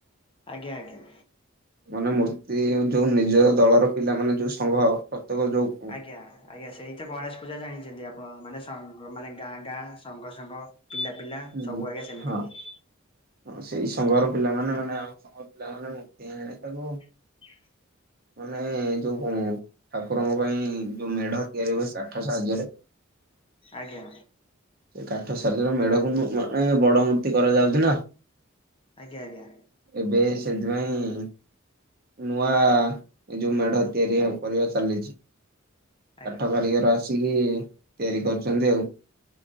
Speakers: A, on the left (about 25°); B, on the right (about 45°).
A: ଆଜ୍ଞା ଆଜ୍ଞା।
B: ମାନେ ମୂର୍ତ୍ତି ଯଉ ନିଜ ଦଳର ପିଲା ମାନେ ଯଉ ସଂଘ ପ୍ରତ୍ୟେକ ଯଉ
A: ଆଜ୍ଞା -ଆଜ୍ଞା ସେଇ ତ ଗଣେଶ ପୂଜା ଜାଣିଚନ୍ତି ଆପଣ ମାନେ ସଙ୍ଗ- ମାନେ ଗାଁ- ଗାଁ ସଙ୍ଗ- ସଙ୍ଗ ପିଲା- ପିଲା
B: ହଁ
A: ସବୁ ଆଜ୍ଞା ସେମିତି
B: ହଁ
A: ହୁଏ।
B: ହଁ ସେଇ ସଂଘର ପିଲାମାନେ ମାନେ ଆମ ସଂଘର ପିଲାମାନେ ମୂର୍ତ୍ତି ଆଣିଲେ ତାକୁ
A: ହଁ <inaudible>
B: ମାନେ ଯଉ ଠାକୁରଙ୍କ ପାଇଁ ଯଉ ମେଢ ତିଆରି ହୁଏ କାଠ ସାହାଯ୍ୟରେ
A: ଆଜ୍ଞା।
B: ସେ କାଠ ସାହାଯ୍ୟରେ ମେଢକୁ ବୁ-ଆଁ-ଏଁ ବଡ ମୂର୍ତ୍ତି କରାଯାଉଚି ନା।
A: ଆଜ୍ଞା ଆଜ୍ଞା।
B: ଏବେ ସେଥିପାଇଁ ନୂଆ ଏ ଯଉ ମେଢ ତିଆରି ହ-କରିବା ଚାଲିଚି।
A: ଆଜ୍ଞା।
B: କାଠ କାରିଗର ଆସିକି ତିଆରି କରିଚନ୍ତି ଆଉ।